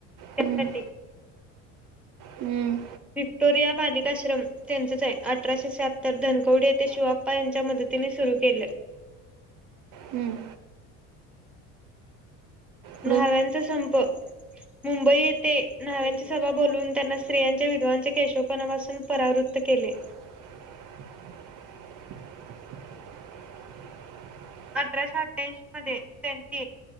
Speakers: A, in the centre; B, on the right (about 55°).
A: त्यासाठी
B: हम्म. हम्म.
A: विक्टोरया बालिकाश्रम त्यांचच आहे अठराशे शहत्तर धनकवडी येथे शिवाप्पा यांच्या मदतीने सुरु केलं.
B: हम्म. पुढं
A: न्हाव्यांचा संप मुंबई येथे नाव्यांची सभा बोलून त्यांना स्त्रियांच्या विधवांच्या केशवपणापासून परावृत त केले.
B: <unintelligible>
A: अठराशे अठ्याऐंशी मध्ये त्यांची